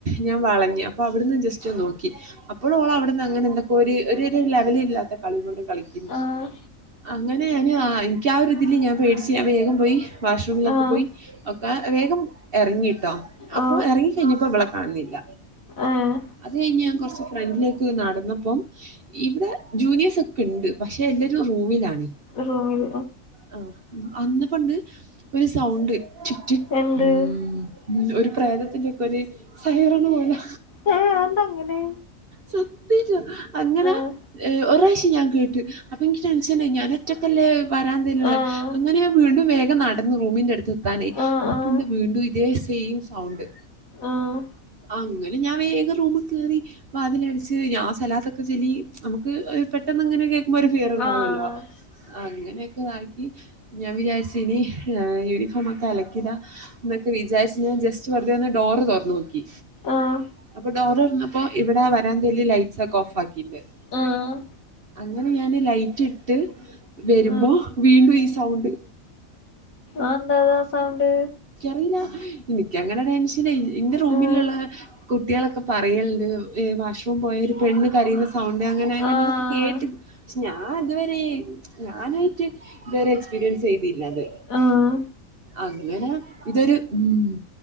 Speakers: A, on the right (about 45°); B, on the left (about 85°).
A: ഞാൻ വളഞ്ഞ് അപ്പോൾ അവിടുന്ന് ജസ്റ്റ് ഒന്ന് നോക്കി.. അപ്പോളും ഓളവിടുന്ന് അങ്ങനെ എന്തൊക്കെ ഒര് ഒരു ലെവലില്ലാത്ത കളികളണ്ട് കളിക്കുന്നു..
B: ആഹ്
A: അങ്ങനെ ഞാന് ആ ഇന്ക് ആ ഒര്ഇതില് ഞാൻ പേടിച്ച് ഞാൻ വേഗം പോയി വാഷ്റൂമിലൊക്കെ
B: ആഹ്
A: പോയി.. ഒക്കെ വേഗം എറങ്ങിട്ടോ
B: ഓഹ്
A: അപ്പൊ ഇറങ്ങി കഴിഞ്ഞപ്പോ ഇവിളെ കാണ്ന്നില്ല..
B: ഏഹ്
A: അത് കഴിഞ്ഞ് ഞാൻ കൊറച്ച് ഫ്രണ്ടിലേക്ക് നടന്നപ്പം.. ഇവിടെ ജൂനിയേസ് ഒക്കെണ്ട് പക്ഷെ എല്ലരും റൂമിലാണ്.
B: റൂമിൽ
A: ആ അന്നപ്പണ്ട് ഒരു സൗണ്ട് ചിക് ചിക്..
B: എന്ത്
A: മം ഒരു പ്രേതത്തിന്റെഒക്കൊരു സൈറൺ പോലെ
B: ഏഹ് അതെന്തങ്ങനെ
A: സത് <unintelligible> അങ്ങനെ
B: ആഹ്
A: ഒര്റാശ്യം ഞാൻ കേട്ടു അപ്പൊന്ക്ക് ടെൻഷനായി ഞാൻ ഒറ്റക്കല്ലേ വരാന്തേല്ളേ
B: ആഹ്
A: അങ്ങനെ വീണ്ടും വേഗം നടന്ന് റൂമിന്റെ അടുത്ത് എത്താനേ
B: ആഹ്
A: അപ്പൊണ്ട് വീണ്ടും ഇതേ സെയിം സൗണ്ട്
B: ആഹ്
A: അങ്ങനെ ഞാൻ വേഗം റൂമിൽ കേറി വാതിലടിച്ച് ഞാൻ സലാത്തൊക്കെ ചൊല്ലി നമക്ക് പെട്ടെന്ന് ഇങ്ങനെ ഒക്കെ കേ ക്കുമ്പോ ഒര് ഫിയർഓക്കേണ്ടവല്ലോ
B: ആഹ് ആഹ്
A: അങ്ങനെയൊക്കെതാക്കി ഞാൻ വിചാരിച് ഇനി യൂണിഫോമോക്കെ അലക്കിഡാ എന്നൊക്കെ വിചാരിച്ച് ഞാൻ ജസ്റ്റ് വെറുതെന്ന് ഡോറ് തോറ്ന്ന് നോക്കി
B: ആഹ്
A: അപ്പൊ ഡോറ് തോറ്ന്നപ്പോ ഇവിടെ വരാന്തേല് ലൈറ്റ്സ് ഒക്കെ ഓഫ്ക്കീണ്ട്
B: ആഹ്
A: അങ്ങനെ ഞാന് ലൈറ്റ് ഇട്ട് വരുമ്പോ
B: ആഹ്
A: വീണ്ടും ഈ സൗണ്ട്
B: അന്തതാ സൗണ്ട്
A: റിയില്ല എനിക്ക അങ്ങനെ ടെൻഷന ഇന്റെ റൂമിലുള്ള
B: ആഹ്
A: കുട്ടികളൊക്കെ പറയലുണ്ട് വാഷ്റൂം പോയ ഒരു പെണ്ണ് കരയുന്ന സൗണ്ട് അങ്ങനെ അങ്ങനെക്കെ
B: ആഹ്
A: കേട്ട് പക്ഷെ ഞാൻ ഇതുവരെ ഞാനായി റ്റ് വേറെ എക്സ്പീരിയൻസ് ചെയ്തിയില്ല അത്
B: ആഹ്
A: അങ്ങനെ ഇതൊരു ഉം